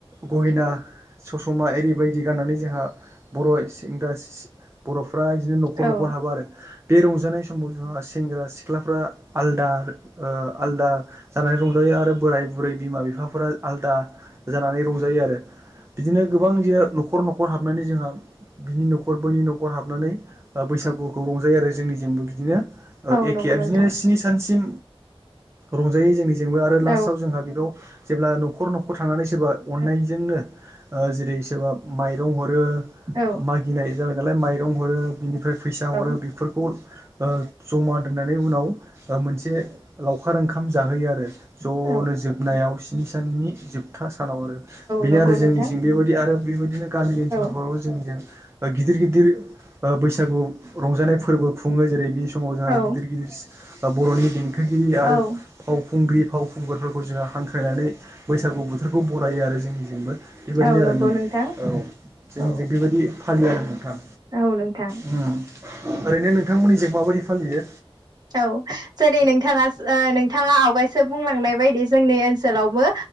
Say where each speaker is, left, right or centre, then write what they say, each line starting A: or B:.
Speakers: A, on the right (about 25°); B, on the right (about 45°).
A: गहेना ससमा एरि बायदि गाननानै जोंहा बर' सेंग्रा सि- बर' <unintelligible> बिदिनो न'खर-
B: औ
A: न'खर हाबो आरो। बे रंजानाय समाव जोंहा सेंग्रा सिख्लाफ्रा आलदा ओ आलदा जानानै रंजायो आरो बोराय -बुरै, बिमा- बिफाफोरा आलदा जानानै रंजायो। <unintelligible> आरो बिदिनो गोबां न'खर- न'खर हाबनानै जोंहा बिनि न'खर बैनि न'खर नखर हाबनानै ओ बैसागुखौ रंजायो आरो जोंनिजोंबो बिदिनो।
B: औ
A: एखे
B: नंगौ नोंथां
A: बिदिनो स्नि सानसिम रंजायो जोंनि जोंबो आरो
B: औ
A: लास्टाव जोंहा बेखौ जेब्ला न'खर न'खर थांनानै सोरबा
B: औ
A: अननायजोंनो जेरै सोरबा माइरं हरो।
B: औ
A: मागिनाय जाबाय नालाय माइरं हरो बिनिफ्राय फैसा हरो
B: औ
A: बेफोरखौ ओ जमा <unintelligible> होननानै उनाव मोनसे लावखार ओंखाम जाहोयो आरो। ज'नो
B: औ
A: जोबनायाव स्नि साननि जोबथा सानाव आरो। बेनो
B: नंगौ
A: आरो
B: नोंथां
A: जोंनिथिं बेबायदि आरो बेबायदिनो गामि ओनसोलफोराव
B: औ
A: जोंनिजों गिदिर- गिदिर ओ बैसागु रंजानाय फोरबोखौ खुङो जेरै बे समाव जोंहा
B: औ
A: गिदिर -गिदिर बर'नि देंखोगिरि
B: औ
A: आरो फावखुंग्रि फाव खंगुरफोरखौ जोङो हांख्रायनानै बैसागु बोथोरखौ बरायो आरो जोंनि जोंबो बेबायदिनो
B: औ नंगौ
A: आरो नों
B: नोंथां
A: औ जोंनिजों
B: औ
A: बेबायदि फालियो आरो नोंथां।
B: औ नोंथां
A: ओम ओरैनो नोंथांमोननिजों माबायदि फालियो?
B: औ जेरै नोंथाङा -नोंथाङा ओ आवगायसो बुंलांनाय बायदि जोंनि ओनसोलावबो